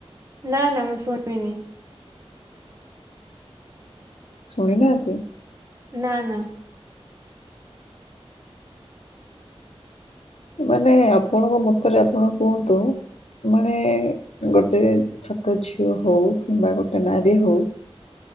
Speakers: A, on the right; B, on the left.
A: ନା ନା ମୁଁ ଶୁଣିନି।
B: ଶୁଣିନାହାନ୍ତି।
A: ନା ନା।
B: ମାନେ ଆପଣଙ୍କ ମତରେ ଆପଣ କୁହନ୍ତୁ ମାନେ ଗୋଟେ ଛୋଟ ଝିଅ ହୋଉ କିମ୍ବା ଗୋଟେ ନାରୀ ହୋଉ